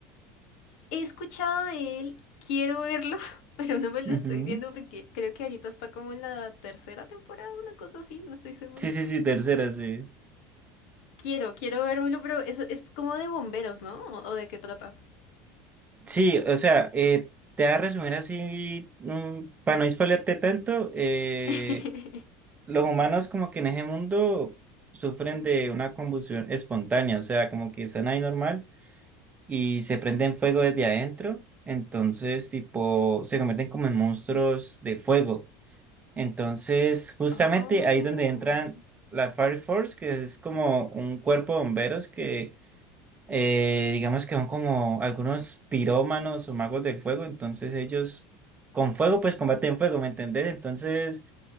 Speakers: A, on the left; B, on the right.
A: He escuchado de él, quiero verlo, <laughs> pero no me lo
B: Ujú.
A: estoy viendo porque creo que ahorita está como en la tercera temporada, una cosa así, no estoy segura.
B: Sí, sí, sí, tercera, sí.
A: Quiero, quiero vérmelo, pero eso es como de bomberos, ¿no? ¿O, o de qué trata?
B: Sí, o sea, eh, te voy a resumir así, mm, para no spoilearte tanto, eh,
A: <laughs>
B: los humanos como que en ese mundo sufren de una combustión espontánea, o sea, como que están ahí normal y se prenden fuego desde adentro, entonces tipo se convierten como en monstruos de fuego. Entonces, justamente
A: Oh,
B: ahí es donde entran la Fire Force, que es como un cuerpo de bomberos que eh, digamos que son como algunos pirómanos o magos del fuego, entonces ellos con fuego pues combaten fuego, ¿me entendés? Entonces,